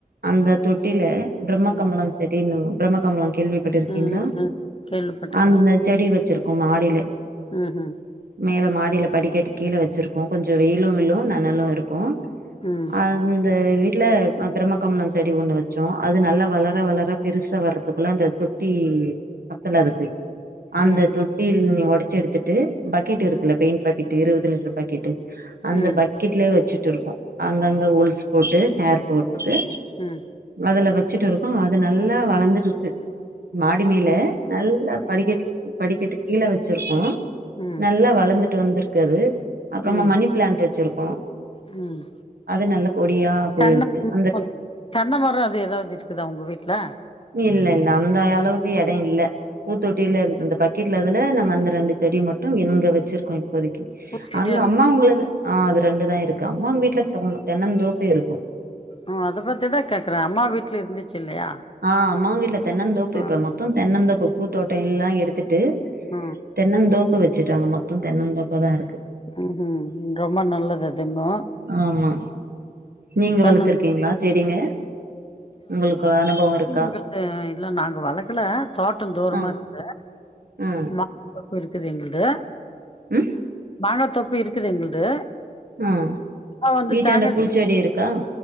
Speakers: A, on the right; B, on the left.
A: அந்த தொட்டில பிரம்ம
B: ம்
A: கமல செ டின்னு பிரம்மகமல கேள்விப்பட்டிருக்கீங்ளா
B: ம் ம் ம் கேள்விப்பட்டுக்கிறே
A: அந்த செடி வச்சிருக்கோ மாடிலே
B: ம் ம்
A: மேல மாடில படிக்கட்டு கீழே வெச்சிருக்கோ கொஞ்ச வெயிலு விளும நெனளு இருக்கு
B: ம்
A: அ ந்த வீட்ல ம பிரம்ம கமலம் செடி ஒன்னு வச்சோ அது நல்லா வளர வளர பெருசா வரதுக்குள்ள அந்த தொ ட்டி பக்கத்துல இருக்கு அந்த
B: ம்ஹும்
A: தொட்டியில் நீ ஒடச்சு எடுத்துட்டு பக்கெட் இருக்குல
B: ம்
A: பெயிண் பக்கெட் இருவ்து லிட்ரு பக்கெட்டு அந்த
B: ம்
A: பக்கெட்லே வெச்சுட்டு இருக்கோ அங்கங்க ஓல்ஸ் போட்டு ஹேர் போற்துக்கு
B: ம்
A: அதுல வெச்சுட்டு இருக்கோ அது நல்லா வளந்துருது மாடிமேல
B: ம்
A: நல்லா படிக்கட்டு படிக்கட்டு கீழ வெச்சிருக்கோ
B: ம் ம்
A: நல்லா வளந்துட்டு வந்திருக்கு அது அப்றமா
B: ம்
A: மணி பிளான்ட் வெச்சிருக்கோ
B: ம்
A: அது நல்ல கொடியா போயிருக்கு
B: தென்ன
A: அந்த
B: <inaudible> தென்ன மரோ அது எதாவ்து இருக்குதா உங்க வீட்ல
A: இல்ல இல்ல அந்தளவுக்கு எடோ இல்ல பூத்தொட்டில இந்த பக்கெட்ல அதுல நாங்க அந்த ரெண்டு செடி மட்டு இங்க வெச்சிருக்கோ இப்போதைக்கி
B: பூச்செடி
A: அங்க
B: அது
A: அம்மா உங்களது ஆ அது ரெண்டுதா இருக்கு அம்மாங்க வீட்ல தொ தென்னந்தோப்பே இருக்கு
B: ம் அத பத்திதா கேக்கறே அம்மா வீட்ல இருந்துச்சு இல்லையா
A: ஆ அம்மா வீட்ல தென்னந்தோப்பு
B: ஆ
A: இப்ப மொத்தோ தென்னந்தோப்பு பூத்தோட்டோ எல்லா எடுத்துட்டு
B: அ
A: தென்னந்தோப்பு வெச்சுட்டாங்க மொத்தோ தென்னந்தோப்ப தா இருக்குது
B: ம் ம் ரொம்ப நல்லது அது இன்னு
A: ஆமா நீங்க
B: தென்னம்
A: வளர்த்துருக்கீங்ளா செடிங்க உங்களுக்கு அனுபவோ இருக்கா
B: உங்கள்து இல்ல நாங்க வளக்கல தோட்டோ தூரமா
A: ஆ
B: இருக்குது
A: ஆ
B: மா தோப்பு இருக்குது எங்கள்து
A: ம்
B: மாங்கா தோப்பு இருக்குது எங்கள்து
A: அ
B: ஆ வந்து
A: வீட்டாண்ட
B: தேங்கா
A: பூச்செடி
B: செ
A: இருக்கா